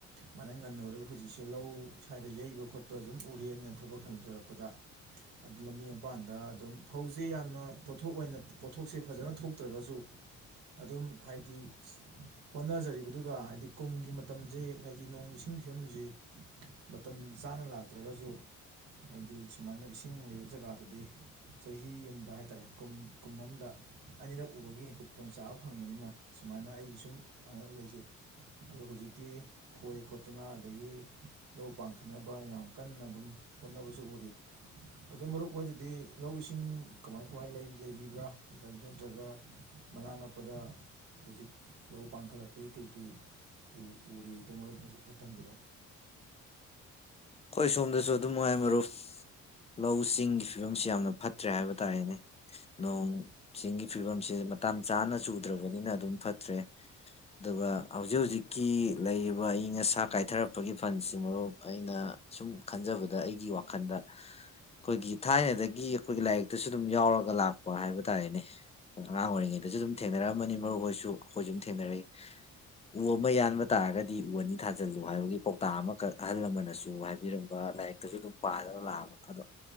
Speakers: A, on the right; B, on the left.
A: ꯃꯅꯪ ꯉꯟꯅ ꯎꯔꯒ ꯍꯧꯖꯤꯛꯁꯦ ꯂꯧ ꯁ꯭ꯋꯥꯏꯗ ꯌꯩꯕ ꯈꯣꯠꯄ ꯑꯗꯨꯝ ꯎꯔꯤ ꯑꯩꯅ ꯊꯕꯛ ꯍꯟꯖꯔꯛꯄꯗ ꯑꯗꯨ ꯂꯝꯕꯤ ꯃꯄꯥꯟꯗ ꯑꯗꯨꯝ ꯐꯧꯁꯦ ꯌꯥꯝꯅ ꯄꯣꯊꯣꯛ ꯑꯣꯏꯅ ꯄꯣꯠꯊꯣꯛꯁꯦ ꯐꯖꯅ ꯊꯣꯛꯇ꯭ꯔꯒꯁꯨ ꯑꯗꯨꯝ ꯍꯥꯏꯗꯤ ꯍꯣꯠꯅꯖꯔꯤꯕ ꯑꯗꯨꯒ ꯍꯥꯏꯗꯤ ꯀꯨꯝꯒꯤ ꯃꯇꯝꯁꯦ ꯍꯥꯏꯗꯤ ꯅꯣꯡ ꯏꯁꯤꯡ ꯐꯤꯕꯝꯁꯤ ꯃꯇꯝ ꯆꯥꯅ ꯂꯥꯛ ꯇ꯭ꯔꯒꯁꯨ ꯍꯥꯏꯗꯤ ꯁꯨꯃꯥꯏꯅ ꯏꯁꯤꯡ ꯂꯩꯕ ꯖꯒꯥꯗꯗꯤ ꯆꯍꯤ ꯑꯃꯗ ꯍꯥꯏꯇꯥꯔꯦ ꯀꯨꯝ ꯀꯨꯝ ꯑꯃꯗ ꯑꯅꯤꯔꯛ ꯎꯕꯒꯤ ꯈꯨꯗꯣꯡꯆꯥꯕ ꯐꯪꯕꯅꯤꯅ ꯁꯨꯃꯥꯏꯅ ꯑꯩꯒꯤ ꯁꯨꯝ ꯑ ꯂꯩꯖꯩ ꯑꯗ‌ꯣ ꯍꯨꯖꯤꯛꯇꯤ ꯈꯣꯏ ꯈꯣꯠꯇꯅ ꯑꯗꯒꯤ ꯂꯧ ꯄꯥꯡꯈꯠꯅꯕꯅ ꯌꯥꯝ ꯀꯟꯅ ꯑꯗꯨꯝ ꯍꯣꯠꯅꯕꯁꯨ ꯎꯔꯤ ꯑꯗꯨ ꯃꯔꯨꯞ ꯑꯣꯏꯗꯗꯤ ꯂꯧ ꯏꯁꯤꯡ ꯀꯃꯥꯏ ꯀꯃꯥꯏ ꯂꯩꯕꯤꯕ꯭ꯔꯥ ꯅꯠꯇ꯭ꯔꯒ ꯃꯅꯥꯛ ꯅꯛꯄꯗ ꯍꯨꯖꯤꯛ ꯂꯧ ꯄꯥꯡꯈꯠꯂꯛꯄꯒꯤ ꯀꯩ ꯀ‌ꯦ ꯎ ꯎꯔꯤꯗ‌ꯣ ꯃꯔꯣꯞꯅꯁꯨ ꯈꯔ ꯊꯝꯕꯤꯔꯛꯑꯣ
B: ꯈ‌ꯣꯏ ꯁꯣꯝꯗꯁꯨ ꯑꯗꯨꯃꯉꯥꯏ ꯃꯔꯨꯞ ꯂꯧꯁꯤꯡꯒꯤ ꯐꯤꯕꯝꯁꯤ ꯌꯥꯝꯅ ꯐꯠꯇ꯭ꯔꯦ ꯍꯥꯏꯕ ꯇꯥꯔꯦꯅꯦ ꯅꯣꯡ ꯆꯤꯡꯒꯤ ꯐꯤꯕꯝꯁꯦ ꯃꯇꯥꯡ ꯆꯥꯅ ꯆꯨꯗ꯭ꯔꯕꯅꯤꯅ ꯑꯗꯨꯝ ꯐꯠꯇ꯭ꯔꯦ ꯗꯨꯒ ꯍꯧꯖꯤꯛ ꯍꯧꯖꯤꯛ ꯀꯤ ꯂꯩꯔꯤꯕ ꯑꯏꯪ ꯑꯁꯥ ꯀꯥꯏꯊꯔꯛꯄꯒꯤ ꯐꯟꯁꯤ ꯃꯔꯨꯞ ꯑꯩꯅ ꯁꯨꯝ ꯈꯟꯖꯕꯗ ꯑꯩꯒꯤ ꯋꯥꯈꯟꯗ ꯈꯣꯏꯒꯤ ꯊꯥꯏꯅꯗꯒꯤ ꯈꯣꯏꯒꯤ ꯂꯥꯏꯔꯤꯛꯇꯁꯨ ꯑꯗꯨꯝ ꯌꯥꯎꯔꯒ ꯂꯥꯛ ꯀꯣ ꯍꯥꯏꯕ ꯇꯥꯔꯦꯅꯦ ꯑꯉꯥꯡ ꯑꯣꯏꯔꯤꯉꯩꯗꯁꯨ ꯗꯨꯝ ꯊꯦꯡꯅꯔꯛꯑꯃꯅꯤ ꯃꯔꯨꯞ ꯍ‌ꯣꯏꯁꯨ ꯈꯣꯏꯁꯨ ꯗꯨꯝ ꯊꯦꯡꯅꯔꯛꯏ ꯎ ꯑꯃ ꯌꯥꯟꯕ ꯇꯥꯔꯒꯗꯤ ꯎ ꯑꯅꯤ ꯊꯥꯖꯜꯂꯨ ꯍꯥꯏꯕꯒꯤ ꯄꯧꯇꯥꯛ ꯑꯃꯈꯛ ꯑꯍꯜ ꯂꯃꯟꯅꯁꯨ ꯍꯥꯏꯕ ꯕꯤꯔꯝꯕ ꯂꯥꯏꯔꯤꯛꯇꯁꯨ ꯑꯗꯨꯝ ꯄꯥꯔꯒ ꯂꯥꯛꯑꯕ ꯑꯗꯣ